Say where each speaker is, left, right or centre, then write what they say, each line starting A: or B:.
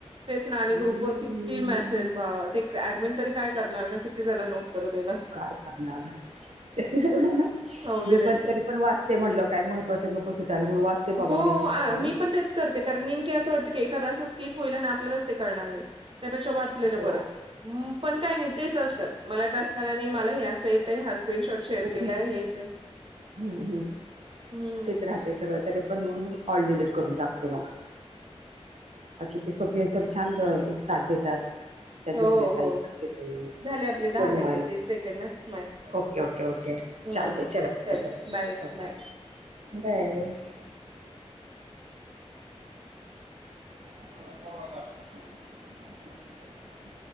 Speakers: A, on the right; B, on the right.
A: तेच आणि
B: हम्म.
A: ग्रुपवर किती मैसेज वा वा ठीक ऍडमिन तरी काय करणार ना किती जणानां उत्तर देणार.
B: काय करणारच
A: अवघड
B: मी
A: आहे.
B: पण तरी पण वाचते म्हणलं काय महत्वाचं नको सुटायला म्हणून वाचते बाबा
A: हो
B: मेसेज
A: आ
B: तरी मी.
A: पण तेच करते कारण मेन की असं वाटतं की एखादा असं स्किप होईल ना आपल्यालाच ते कळणार नाय त्यापेक्षा वाचलेलं
B: हो.
A: बरं. हम्म पण काय नाय तेच असतं मला टास्क आला नी मला हे येतेय हसं स्क्रीनशॉट शेअर
B: हम्म,
A: केलाय हेच आहे.
B: हम्म हम्म
A: हम्म
B: तेच राहते सगळं तरी पण म म ऑल डिलीट करून टाकते मग. बाकी ते स्वप्नील सर छान गं हे साथ देतात. त्या
A: हो
B: दुसऱ्या ताई.
A: हो
B: <unintelligible>
A: झाले आपले दहा मिनिटं तीस सेकंद ना माय
B: ओके ओके ओके
A: हम्म
B: चालते चल आता करूया
A: बाय बाय.
B: बाय. <unintelligible>